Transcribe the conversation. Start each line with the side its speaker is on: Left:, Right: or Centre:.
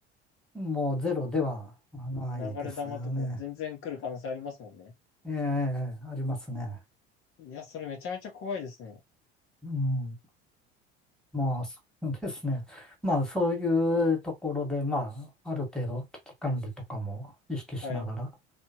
Centre: もうゼロではないですよね。
Left: 流れ弾とか全然来る可能性ありますもんね。
Centre: ええ、ありますね。
Left: いや、それめちゃめちゃ怖いですね。
Centre: うん。まあ、そうですね。まあ、そういうところで、まあ、ある程度危機管理とかも意識しながら
Left: はい、